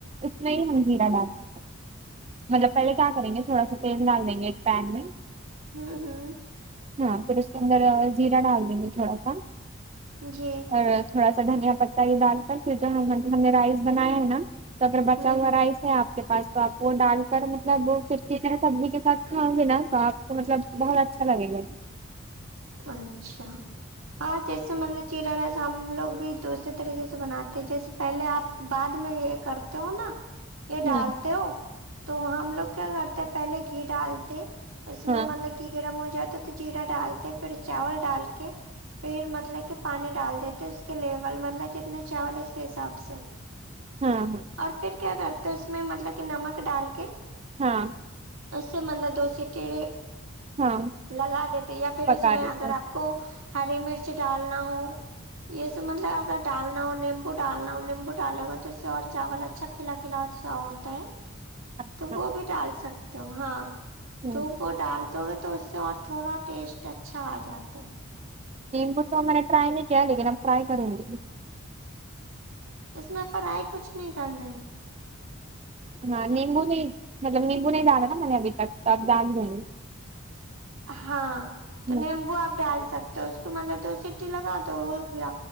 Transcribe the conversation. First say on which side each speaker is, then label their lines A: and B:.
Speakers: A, on the right (about 30°); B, on the right (about 75°).
A: اس میں ہی ہم ذیرا ڈالتے مطلب پہلے کیا کریں گے تھوڑا سا تیل ڈال دیں گے ایک پین میں
B: ہمم ہمم
A: ہاں پھر اس کے اندر زیرہ ڈال دیں گے تھوڑا سا
B: جی
A: اور تھوڑا سا دھنیا پتا یے ڈال کر پھر جو ہم نے رائس بنایا ہے نا تو اگر بچا
B: ہ
A: ہوا
B: ہ
A: رائس ہے آپ کے پاس تو آپ وہ ڈال کر مطلب چٹنی سبزی کے ساتھ کھاؤ گی نا تو آپ کو مطلب بہت اچھا لگے گا
B: اچھا ہاں جیسے سمجھ لے جیرا نائس ہم لوگ بھی دوسرے طریقے سے بناتے ہیں جیسے پہلے آپ بعد میں کرتے ہو نا یے ڈالتے
A: ہوں
B: ہو تو ہم لوگ کیا کرتے پہلے گھی ڈالتے اس
A: ہاں
B: میں مطلب گھی گرم ہو جاتا تو جیرا ڈالتے پھر چاول ڈال کے پھر مطلب کہ پانی ڈال دیتے اس کے لیول مطلب جتنا چاول اس کے حساب سے
A: ہاں ہاں
B: اور پھر کیا کرتے ہو اس میں مطلب کہ نمک ڈال کے
A: ہاں
B: اس سے مطلب دو سیٹی
A: ہاں
B: لگا دیتے یا پھر
A: پکا
B: اس میں
A: دیتے
B: اگر
A: ہیں۔
B: آپ کو ہری مرچی ڈالنا ہو یے اس مطلب اگر ڈالنا ہو نیمبو ڈالنا ہو نمبو ڈالو ہو تو اسے اور چاول اچھا اچھا کھلا کھلا سا ہوتا ہے
A: اچھا
B: تو وہ بھی ڈال سکتے ہو ہاں
A: ہ
B: تو وہ ڈال دو گے تو اس سے اور تھوڑا ٹیسٹ اچھا اجاتے
A: لمبو تو ہم نے ٹرائے نہیں کیا لیکن اب ٹرائی کروں گی
B: اس میں فرائی کچھ نہیں کرنا ہے
A: ہاں نیمبو نہیں مطلب نیمبو نہیں دال ہے نا ابھی تک تو اب دال دینگے
B: ہاں
A: گی
B: تو نیمبو آپ ڈال سکتے ہو اس کو مطلب دو سٹی لگا دو ہو گیا